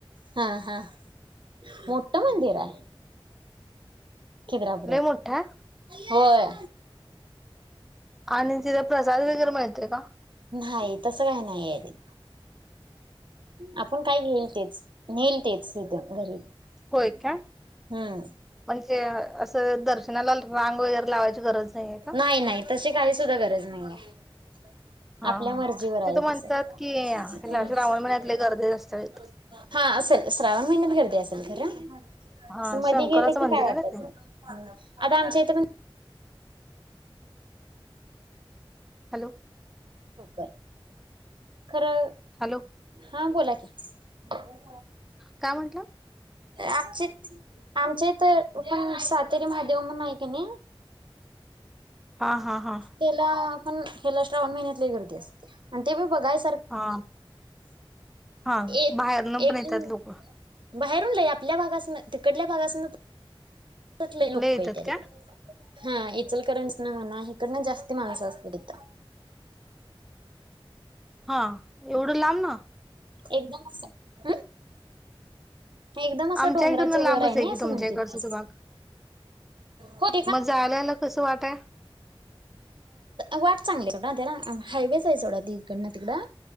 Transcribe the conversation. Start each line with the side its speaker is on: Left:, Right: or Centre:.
Right: हा हा मोठा. मंदिर आहे. खिद्रापुरात
Centre: लई मोठ हाय?
Right: होय
Centre: आणि तिथ प्रसाद वगैरे मिळते का?
Right: नाही तसं काय नाहीय त आपण काय घेईल तेच. नेल तेच तिथ घरी
Centre: होय
Right: हम्म.
Centre: काय? म्हणजे असं दर्शनाला रांग वगैरे लावायची गरज आहे का?
Right: नाही नाही तशी काही सुद्धा गरज नाहीये. <inaudible>
Centre: हा.
Right: आपल्या मर्जीवर
Centre: तिथं
Right: आहे
Centre: म्हणतात
Right: तस
Centre: की ह्याला श्रावण महिन्यात लय गर्दी असते
Right: <inaudible>
Centre: तिथं.
Right: हा असेल श्रावण महिन्यात गर्दी अस घरा.
Centre: हा
Right: असं मध
Centre: शंकराचं
Right: गेलं की
Centre: मंदिर
Right: काय वाटतात
Centre: आहे ना ते
Right: नाही, आता आमच्या इथ पण
Centre: हॅलो.
Right: हो कर. खरं
Centre: हॅलो
Right: हा बोला की. <unintelligible>
Centre: काय म्हंटला?
Right: आचे आमच्या इथं पण सातेरी महादेव मंदीर आहे कणी
Centre: हा हा हा.
Right: त्याला पण ह्याला श्रापण महिन्यात. लई गर्दी असती. अण ते बि बघायच
Centre: हा हा
Right: आहे. एक
Centre: बाहेरन पण
Right: एकदम
Centre: येतात लोक.
Right: बाहेरून लई आपल्या भागासन, तिकडल्या भागासन त लोक
Centre: लय येतात
Right: येत्या तिकडे.
Centre: काय?
Right: हा इचलकरांच ना म्हणा इकडन जास्ती माणसं असतील तिथ.
Centre: हा एवढं लांब न?
Right: एकदम असं एकदम असं
Centre: आमच्या
Right: डोंगराच्या
Centre: इकडनं लांबच
Right: वर आहे ना
Centre: की
Right: असं
Centre: तुमच्या
Right: मंदिर
Centre: इकडचं
Right: ते.
Centre: तो भाग.
Right: हो <inaudible>
Centre: मग जायला यायला कसं वाट आहे
Right: वाट चांगलीड हायवे नाही सोडा ते इकडं तिकडं